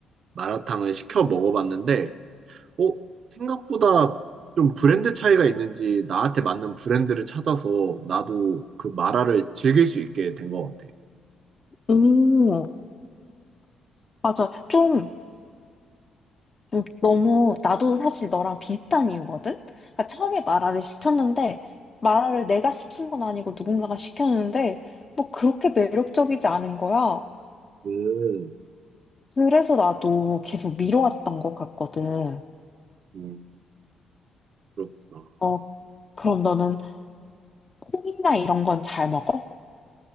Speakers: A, on the right; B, on the left.
A: 마라탕을 시켜 먹어봤는데, 어, 생각보다 좀 브랜드 차이가 있는지 나한테 맞는 브랜드를 찾아서 나도 그 마라를 즐길 수 있게 된 것 같아.
B: 음, 맞아. 좀, 좀 너무, 나도 사실 너랑 비슷한 이유거든? 그러니까 처음에 마라를 시켰는데, 마라를 내가 시킨 건 아니고 누군가가 시켰는데, 뭐 그렇게 매력적이지 않은 거야.
A: 음,
B: 그래서 나도 계속 미뤄왔던 것 같거든.
A: 음, 그렇구나.
B: 어, 그럼 너는 콩이나 이런 건 잘 먹어?